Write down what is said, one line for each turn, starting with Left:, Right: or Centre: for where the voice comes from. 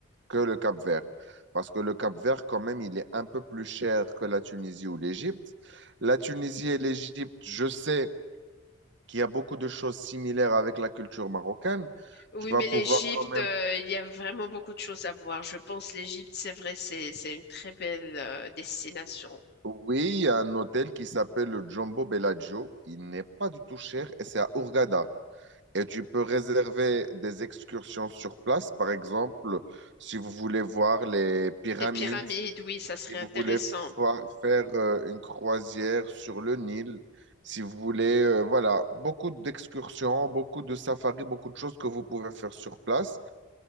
Right: que le Cap-Vert. Parce que le Cap-Vert, quand même, il est un peu plus cher que la Tunisie ou l'Égypte. La Tunisie et l'Égypte, je sais qu'il y a beaucoup de choses similaires avec la culture marocaine.
Left: Oui,
Right: Tu vas
Left: mais
Right: pouvoir
Left: l'Égypte,
Right: quand même...
Left: euh, il y a vraiment beaucoup de choses à voir. Je pense l'Égypte, c'est vrai, c'est c'est une très belle euh, destination.
Right: Oui, il y a un hôtel qui s'appelle le Jumbo Bellagio. Il n'est pas du tout cher et c'est à Hurghada. Et tu peux réserver des excursions sur place, par exemple, si vous voulez voir les pyramides,
Left: Des pyramides, oui, ça serait
Right: Si vous
Left: intéressant.
Right: voulez fa- faire euh, une croisière sur le Nil, si vous voulez, euh, voilà, beaucoup d'excursions, beaucoup de safaris, beaucoup de choses que vous pouvez faire sur place,